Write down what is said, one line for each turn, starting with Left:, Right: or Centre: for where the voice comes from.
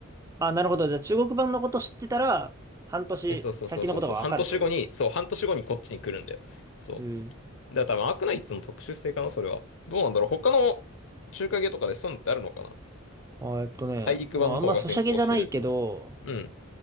Right: あ、なるほど。じゃあ、中国版のこと知ってたら、半年先のことがわかるってこと
Left: ね、そうそうそうそうそう。半年後に、そう、半年後にこっちに来るんだよ。そ
Right: うん。
Left: う。だから多分アークナイツの特殊性かな、それは。どうなんだろう。他の中華系とかでそういうのってあるのかな。
Right: あ、えっとね、
Left: 大陸版の方が先行してる。
Right: まあ、あんまソシャゲじゃないけど、
Left: うん。